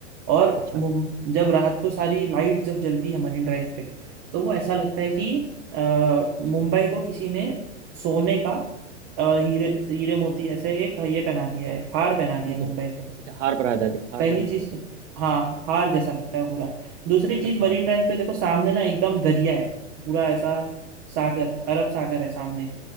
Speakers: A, on the right; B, on the right.
A: और
B: अच्छा
A: मुं- जब रात को सारी लाइट जब जलती है मरीन ड्राइव पे तो वो ऐसा लगता है कि अ, मुंबई को किसी ने सोने का अ, हीरे हीरे मोती ऐसे एक ये पहना दिया है हार पहना दिया
B: मुकुट
A: है मुंबई को
B: अच्छा हार पहना दिया हार
A: पहली
B: पहना
A: चीज
B: दिया है।
A: तो हाँ हार जैसा लगता है पूरा दूसरी चीज
B: अच्छा
A: मरीन ड्राइव पे देखो सामने ना एकदम दरिया है पूरा ऐसा सागर अरब सागर है सामने